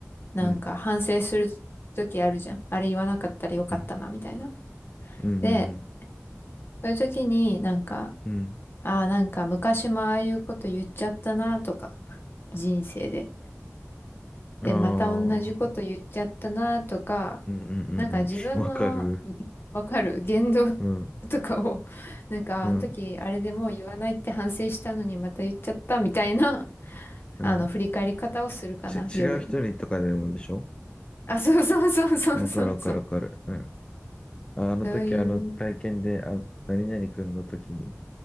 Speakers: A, on the left (about 45°); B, on the left (about 20°).
A: なんか反省する時あるじゃん。
B: うん、
A: あれ言わなかったらよかったなみたいな。
B: うん、うん、
A: で、そういう時になんか、
B: うん、
A: ああ、なんか昔もああいうこと言っちゃったなとか、人生で。
B: うん、
A: で、
B: ああ、
A: また同じこと言っちゃったなとか、
B: うん、うん、うん、
A: なんか自分の
B: うん、<laughs> わかる。
A: わかる言動
B: うん、
A: とかを、<laughs> なんかあの時あれでもう言わないって反省したのにまた言っちゃったみたいな、
B: うん、うん、
A: <laughs>
B: うん。
A: あの、振り返り方をするかな、
B: ち、
A: 夜。
B: 違う人にとかでもでしょ
A: あ、そうそうそうそうそうそう。
B: わかる、わかる、わかる。うん。あ、あの時、
A: そういう。
B: あの体験で、あ、何々くんの時に、